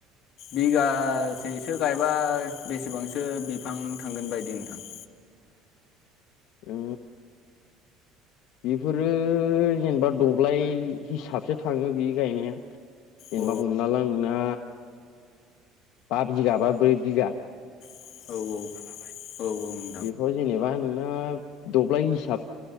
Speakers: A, on the left (about 45°); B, on the left (about 60°).
A: बिगासेसो गायबा बेसेबांसो बिफां थांगोन बायदि नोंथां?
B: <unintelligible> बेफोरो जेनेबा दब्लाय हिसाबसो थाङो बे गायनाया जेनेबा
A: औ
B: हमनाला नोंना बा बिगा बा ब्रै बिघा
A: औ औ लाबाय औ औ
B: बेखौ जेनेबा नोंना दब्लाय हिसाब